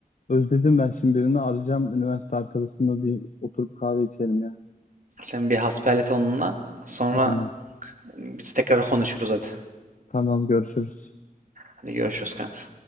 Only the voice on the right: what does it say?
Sen bir hasbihal et onunla. Sonra
biz tekrar konuşuruz hadi.
Hadi görüşürüz kanka.